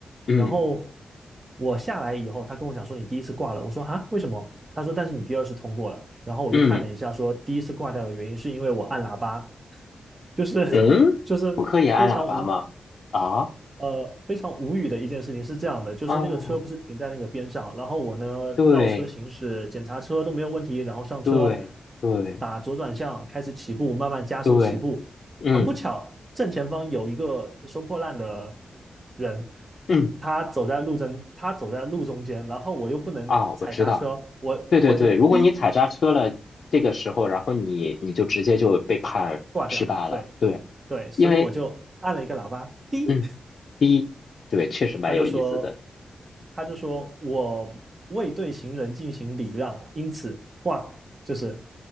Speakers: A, on the left (about 60°); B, on the right (about 30°).
A: 嗯
B: 然后我下来以后，他跟我讲说你第一次挂了，我说啊为什么？他说但是你第二次通过了。然后我就看了一下，
A: 嗯
B: 说第一次挂掉的原因是因为我按喇叭，就是就是非常无
A: 嗯，不可以按喇叭吗？啊
B: 呃，非常无语的一件事情是这样的，就是那个车不是停在那个边上，
A: 啊，
B: 然后我呢绕车行驶，
A: 对
B: 检查车都没有问题，然后上车，
A: 对对
B: 打左转向，开始起步，慢慢加速起步。
A: 对，嗯
B: 很不巧，正前方有一个收破烂的人，
A: 嗯
B: 他走在路中，他走在路中间，然后我又不能踩刹车，
A: 啊，我知道。
B: 我我就滴
A: 对对对，如果你踩刹车了，这个时候，然后你你就直接就被判失败了。
B: 挂掉了，对
A: 对，
B: 对，所以我就按了一个喇叭，
A: 因为
B: 滴，
A: 嗯，第一，对，确实蛮有意思的，
B: 他就说，他就说我未对行人进行礼让，因此挂就是